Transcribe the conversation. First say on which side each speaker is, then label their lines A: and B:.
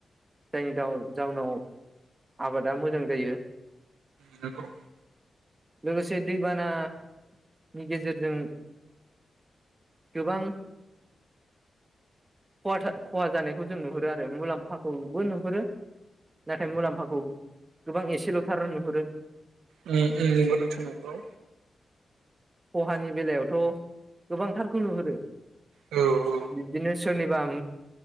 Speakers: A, on the right (about 30°); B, on the right (about 85°).
A: जायनि जाउन जाउनाव आबादा मोजां जायो।
B: नंगौ
A: लोगोसे दैबानानि गेजेरजों गोबां खहा जानायखौ जों नुहुरो आरो मुलाम्फाखौबो नुहुरो नाथाय मुलाम्फाखौ गोबां एसेल'थार नुहुरो
B: उम उम नोंथां नंगौ
A: खहानि बेलायावथ गोबांथारखौ नुहुरो
B: औ औ
A: बिदिनो। सोरनिबा